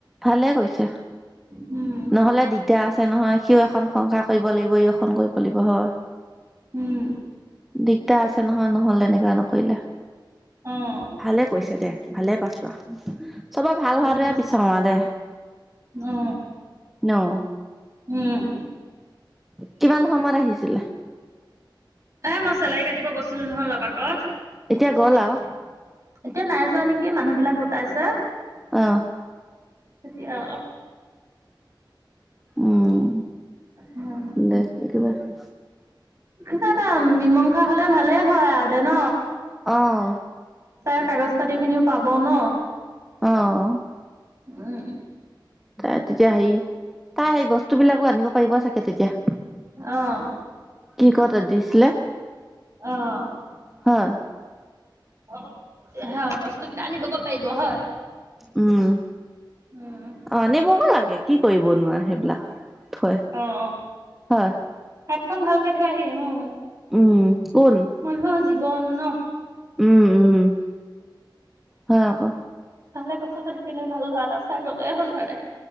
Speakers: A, in the centre; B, on the right.
A: ভালে কৰিছে
B: উম,
A: নহলে দিগদাৰ আছে নহয় সিও এখন সংসাৰ কৰিব লাগিব ই এখন কৰিব লাগিব হয়
B: উম,
A: দিগদাৰ আছে নহয় নহলে তেনেকুৱা নকৰিলে
B: অ',
A: ভালে কৈছে দে ভালে পাইছোৱা চবৰে ভাল
B: ভালে
A: হোৱাটোয়
B: হৈছে।
A: বিছাৰো আ দে
B: অ
A: ন।
B: উম
A: কিমান সময়ত আহিছিলে
B: এ মই চেলাউৰি কাটিব গৈছিলো নহয় লগত ক'ত,
A: এতিয়া
B: এতিয়া
A: গ'ল আৰু
B: নাই যোৱা নেকি মানুহ বিলাক গোটাইছে।
A: অ',
B: এতিয়া,
A: উম্,
B: উম,
A: দে একেবাৰে,
B: কিবা এটা মীমাংসা হ'লে ভালেই হয় আৰু দে ন।
A: অ',
B: তাই কাগজ পাতি খিনিও পাব ন।
A: অ',
B: উম্,
A: তাই তেতিয়া হেৰি, তাই সেই বস্তু বিলাকো আনিব পাৰিব চাগে। তেতিয়া
B: অ',
A: কি ক'ত দিছিলে,
B: অ'।
A: হয়,
B: অ', হয়, বস্তু কেইটা আনিবগৈ পাৰিব হয়।
A: উম্,
B: উম্,
A: অ', আনিবগৈ লাগে, কি কৰিব নো সেইবিলাক। থৈ
B: অ', অ',
A: হয়,
B: হাতখন ভালকে ধোৱাহি অ',
A: উম্, কোন?
B: মানুহৰ জীৱন ন।
A: উম্, উম্, হয় আকৌ।
B: তাহলে কখলকে থাকিলে ভাল ল'ৰা এটা চাই গলে হ'ল আৰু দে